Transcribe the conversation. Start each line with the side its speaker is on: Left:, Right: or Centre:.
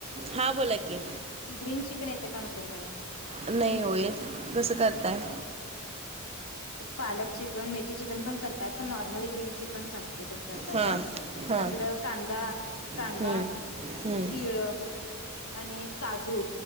Right: हां बोला की.
Left: ग्रीन चिकन, येते का म्हटलं तुम्हाला.
Right: नाही हो येत, कसं करताय.
Left: पालक चिकन, मेथी चिकन पण करतात पण नॉर्मल ग्रीन चिकन सांगते कस करतात.
Right: हा हा
Left: आपलं कांदा, कांदा,
Right: हम्म हम्म
Left: तिळ. आणि काजू